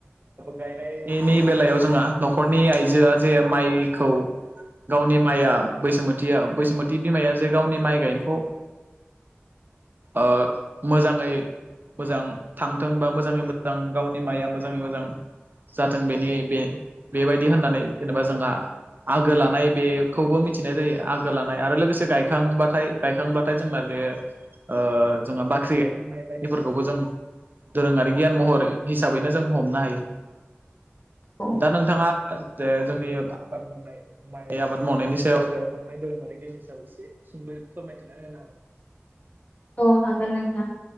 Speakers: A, on the right; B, on the left.
A: गायनायनि बेलायाव जोंहा न'खरनि आइजोआ जे माइ खौ गावनि माइआ बैसथिया बैसुमत बिमाया जे गावनि माइ गायनायखौ ओ मोजाङै मोजां थांथोंबा मोजाङै मोजां गावनि माइआ मोजाङै मोजां जाथों बेनि बे बेबायदि होननानै जेनेबा जोंहा आगो लानाय बेखौबो मिथिनाय जायो आगो लानाय आरो लोगोसे गायखांबाथाय गायखांबाथाय जोंना बे ओ जोंहा बाख्रि गायखननाय बेफोरखौबो जों दोरोङारि गियान महर हिसाबैनो जों हमनो हायो
B: औ
A: दा नोंथाङा जे जोंनि आबाद मावनाय माइ आबाद मावनायनि सायाव बेरखांनाय दं आरोखि बेनि सायाव एसे सोंबा फोरमायथिना होनो हागोन
B: औ हागोन नोंथां